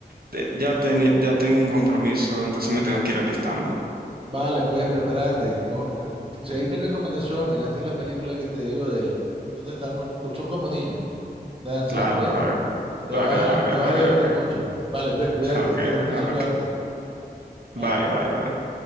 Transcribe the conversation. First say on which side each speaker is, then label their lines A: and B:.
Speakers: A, on the right; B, on the right.
A: te- ya tenía, ya tengo un compromiso, entonces me tengo que ir alistando.
B: Vale, pues prepárate. que ojo, ver- Seguí mi recomendación, mírate la película que te digo del... ¿Dónde están los...? co- Son como niños, Dan Sandler,
A: Claro, claro,
B: ¿viste? Te
A: lo
B: vas
A: haré, lo haré,
B: a, te vas
A: lo haré,
B: a divertir
A: ok,
B: mucho. Vale, pues cuídate,
A: <laughs> ok,
B: qué gusto saludarte.
A: ok,
B: Bye.
A: bye, bye, bye.